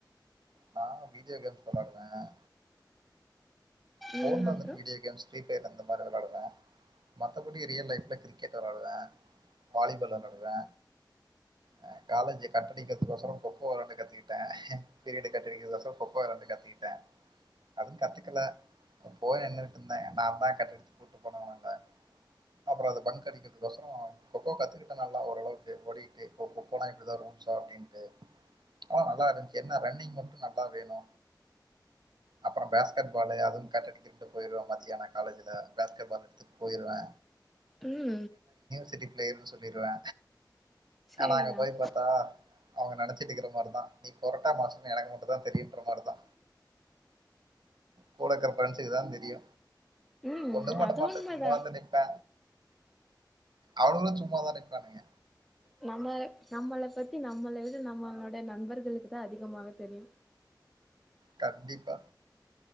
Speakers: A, on the right; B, in the centre.
A: நா வீடியோ கேம்ஸ் வெளாடுவேன் ஃபோன்
B: ம்
A: வந்துட்டு
B: அப்றோ
A: வீடியோ கேம்ஸ் ப்ளே அந்த மாரி வெளாடுவேன் மத்தபடி ரியல் லைஃப்ல கிரி கிரிக்கெட் வெளாடுவே வாலிபால் வெளாடுவே அஹ் காலேஜி கட் <unintelligible> கொக்கோ விளையாண்டு கத்துக்கிட்டே பீரியட் கட் அடிக்கிறக்கு வசரோ கொக்கோ விளாட கத்துக்கிட்டே அது கத்துக்கல போய நின்னுட்டு இருந்தே நா தா கட் அடிச்சுட்டு கூப்ட்டு போனல்ல அப்புறம் அது பந்து அடிக்கிறதுக் கொசரம் கொக்கோ கத்துக்கிட்டே நல்லா ஓரளவுக்கு ஓடிக்கிட்டு இப்போ கொக்கோனா இப்டிதா ரூல்ஸா அப்டின்னுட்டு ஆனா நல்லா இருந்துச்சு என்ன ரன்னிங் மட்டும் நல்லா வேணு அப்புறம் பேஸ்கெட் பாலு அது கட்டடிக்கிறதுக்கு போயிடுவே மதியானம் காலேஜ்ல பேஸ்கெட் பால் எடுத்துட்டு போயிருவே
B: உம்
A: சிட்டி ப்ளேயர்ன்னு சொல்லிருவே
B: சேரிதான்
A: நாங்க போய் பாத்தா அவுங்க நெனைச்சிட்ருக்கிற மாரிதா நீ பொரட்டா மாஸ்டர்ன்னு எனக்கு மட்டுதா தெரியின்ற மாரிதா <unintelligible> <unintelligible> ஞ்சிதுதா தெரியு
B: ம்
A: ஒண்ணு பண்ண
B: அது
A: மாட்ட
B: உண்மதா
A: சும்மா வந்து நிப்பே அவனுவோனு சும்மாதா நிப்பானுங்க
B: நம்ம நம்மளப் பத்தி நம் நம்மளுது நம்மளுடைய நண்பர்களுக்கு தா அதிகமாக தெரியு
A: கண்டிப்பா